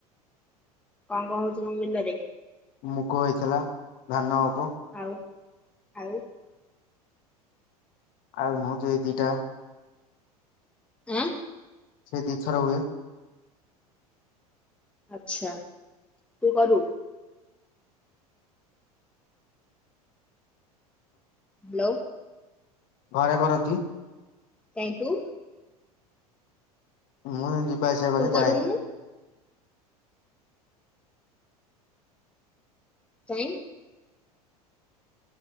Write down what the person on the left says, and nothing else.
ମୁଗ ହେଇଥିଲା ଧାନ ହ
ଆଉ ହଁ ଯେ ଏ ଦିଟା।
ସେ ଦି ଥର ହୁଏ।
ଘରେ କରନ୍ତି।
ମୁଁ ଯିବା ଆସିବା କରେ
ଯାଏ।